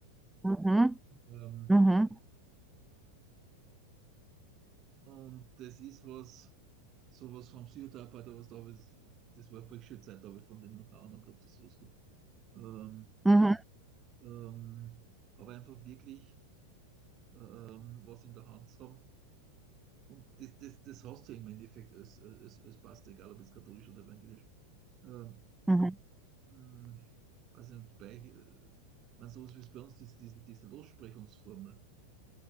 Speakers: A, in the centre; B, on the right.
A: Mhm,
B: Ähm,
A: mhm,
B: Und das ist was, sowas vom Psychotherapeuten, was da habe ich, das war vor schöne Zeit, da habe ich von dem noch keine Ahnung gehabt, dass es sowas gibt. Ähm,
A: mhm,
B: ähm, aber einfach wirklich ähm, was in der Hand haben. Und das, das, das hast du im Endeffekt als, als, als Pastor, egal ob jetzt katholisch oder evangelisch. Ähm,
A: mhm,
B: hm, weiß nicht, bei äh, man sowas wie es bei uns ist, diese, diese Lossprechungsformel.